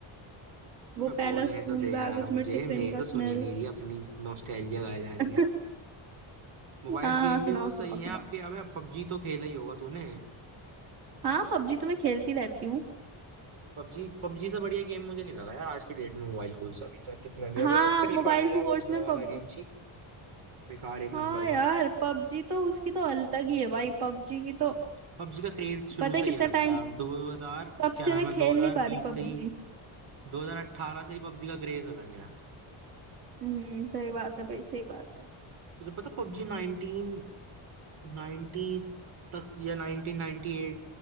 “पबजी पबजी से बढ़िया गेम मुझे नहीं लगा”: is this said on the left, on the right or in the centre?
Right